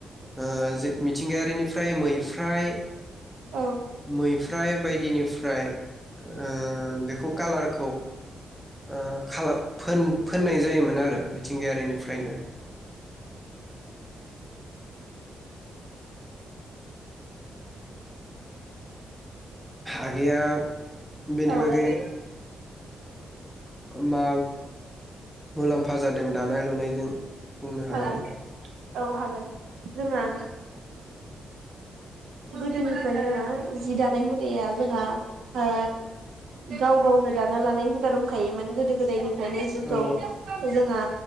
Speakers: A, in the centre; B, on the right (about 85°).
A: ओ जे मिथिंगाया रिनिफ्राय मैफ्राय
B: औ
A: मैफ्राय बायदिनिफ्राय ओ बेखौ कालारखौ ओ खालार फोन फोननाय जायोमोन आरो मिथिंगायारिनिफ्रायनो। आगैया बेनि
B: औ
A: बागै
B: औ
A: मा मुलाम्फा जादों दानाय लुनायजों बुंनो हागोन
B: औ।
A: नामा?
B: औ हागोन जोङो गोदोनिफ्रायनो जि दानाय हुदाया जोंहा ओ गाव गावनो दाना लानाय हुदा दंखायोमोन गोदो गोदायनि फ्रायनो जिखौ
A: औ
B: जोंहा